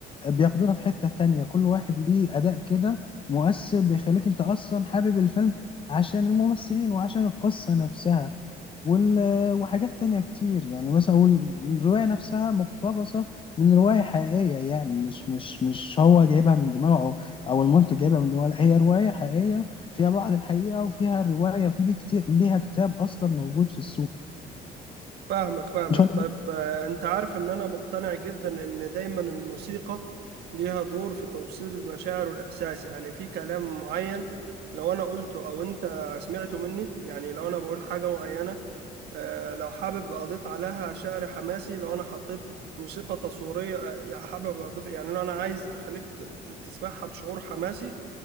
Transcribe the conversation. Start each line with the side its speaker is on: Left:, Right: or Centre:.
Left: بياخدونا في حتة تانية كل واحد ليه أداء كده مؤثر بيخليك أنت أصلا حابب الفيلم عشان الممثلين وعشان القصة نفسها وال... وحاجات تانية كتير يعني مثلا وال- الرواية نفسها مقتبسة من رواية حقيقية يعني مش مش مش هو جايبها من دماغه أو, أو المنتج جايبها من دماغه لا، هي رواية حقيقية فيها بعض الحقيقة وفيها رواية في دي كتير ليها كتاب أصلا موجود في السوق
Right: فاهمك فاهمك
Left: إن شاء
Right: طيب
Left: الله
Right: آه، انت عارف ان انا مقتنع جدا ان دايما الموسيقى ليها دور في توصيل المشاعر والاحساس يعني في كلام معين لو انا قلته او انت سمعته مني يعني لو انا بقول حاجة معينة آه، لو حابب اضيف عليها شعر حماسي لو انا حطيت موسيقى تصويرية آه، يعني حابب اضيف يعني لو انا عايز اخليك ت- ت- تسمعها بشعور حماسي